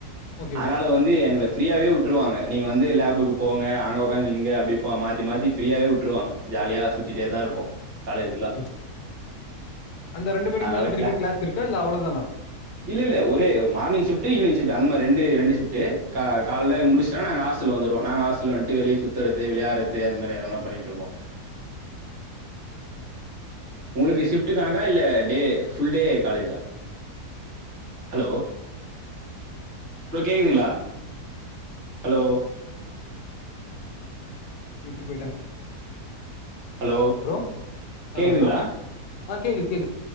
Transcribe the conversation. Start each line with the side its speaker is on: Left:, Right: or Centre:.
Left: ஓகே,
Right: ஆனால வந்து எங்கள ஃப்ரீயாவே வுட்ருவாங்க நீங்க வந்து லேபுக்கு போங்க அங்க ஒக்காந்து இங்க அப்டிப்போ மாத்தி மாத்தி ஃப்ரீயாவே வுட்ருவாங்க ஜாலியா சுத்திட்டே தா இருப்போ காலேஜ் ஃபுல்லா
Left: ஓகே. அந்த ரெண்டு மணிக்கு
Right: அதுனால
Left: மேல திருப்பி
Right: க்ளா
Left: கிளாஸ் இருக்கா இல்ல அவ்வளவுதானா
Right: இல்லெல்ல ஒரே morning shift evening shift அந்த மாரி ரெண்டு ரெண்டு ஷிஃப்டு கா கால்ல முடுச்டொனா நாங்க ஹாஸ்டல் வந்துருவொ நாங்க ஹாஸ்டல் வன்ட்டு வெளிய சுத்துறது விளையாறது அந் மாரி எதனா பண்ணிட்ருப்போ உங்ளுக்கு ஷிஃப்டு கணக்கா இல்ல டே ஃபுல் டே காலேஜா ஹலோ ப்ரோ கேக்குதுங்ளா ஹலோ
Left: விட்டு போயிட்டாங்க
Right: ஹலோ
Left: ப்ரோ
Right: கேக்குதுங்ளா
Left: ஆ ஹலோ ஆ கேக்குது கேக்கு